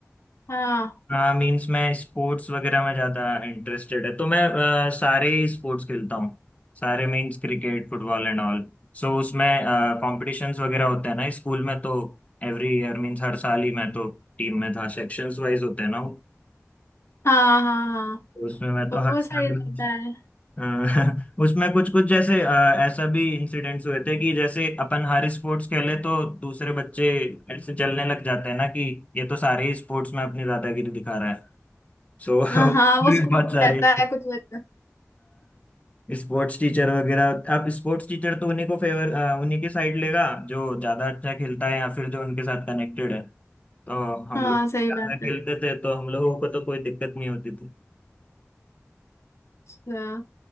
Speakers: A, on the left (about 60°); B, on the left (about 30°).
A: हाँ
B: हाँ मीन्स मैं स्पोर्ट्स वगैरह में ज़्यादा इंटरेस्टेड है तो मैं अ, सारे ही स्पोर्ट्स खेलता हूँ सारे means cricket football and all So उसमें कॉम्पिटिशन्स वगैरह होते हैं ना स्कूल में तो एवरी ईयर मीन्स हर साल ही मैं तो टीम में था सेक्शंस वाइज होते हैं ना वो।
A: हाँ हाँ हाँ
B: तो उसमें मैं तो
A: वो
B: हर साल
A: सही रहता है
B: अ, <laughs> उसमें कुछ कुछ जैसे अ, ऐसा भी इंसिडेंट्स हुए थे कि जैसे अपन हर स्पोर्ट्स खेले तो दूसरे बच्चे ऐसे जलने लग जाते हैं ना कि ये तो सारे ही स्पोर्ट्स में अपनी दादागिरी दिखा सो <laughs>
A: हाँ हाँ, वो स्कूल
B: बहुत सारे
A: रहता है कुछ बच्चा
B: स्पोर्ट्स टीचर <laughs> वगैरह अब स्पोर्ट्स टीचर तो उन्हीं को फेवर उन्हीं की साइड लेगा जो ज्यादा अच्छा खेलता है या फिर जो उनके साथ कनेक्टेड है तो
A: <laughs>
B: हम
A: हाँ
B: लोग
A: सही
B: ज्यादा
A: बात है
B: खेलते थे तो हम लोगों को तो कोई दिक्कत नहीं होती थी
A: अच्छा